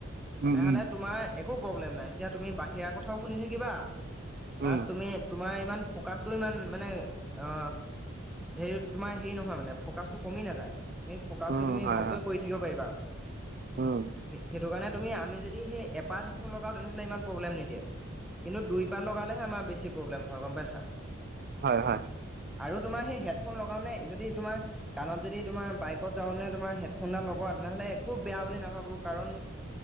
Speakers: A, in the centre; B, on the right.
A: তেনেহ'লে
B: উম
A: তোমাৰ একো প্ৰব্লেম নাই তেতিয়া তুমি বাহিৰা কথাও শুনি থাকিবা প্লাছ
B: উম উম
A: তুমি তোমাৰ ইমান ফকাচটো ইমান মানে অ হেৰি তোমাৰ হেৰি নহয় মানে ফকাচটো কমি নাযায় তুমি ফ'কাচটো
B: উম
A: তুমি
B: হয়
A: ভালকৈ
B: হয়
A: কৰি থাকিব পাৰিবা
B: উম
A: হে সেইটো কাৰণে তুমি আমি যদি সেই এপাত হেডফোন লগাও তেনেহ'লে ইমান প্ৰব্লেম নিদিয়ে কিন্তু দুইপাত লগালেহে আমাৰ বেছি প্ৰব্লেম হয় গম পাইছা
B: হয় হয়
A: আৰু তোমাৰ সেই হেডফোন লগাওনে যদি তোমাৰ কাণত যদি তোমাৰ বাইকত যাওঁনে তোমাৰ হেডফোনডাল লগোৱা তেনেহ'লে একো বেয়া বুলি নাভাবো কাৰণ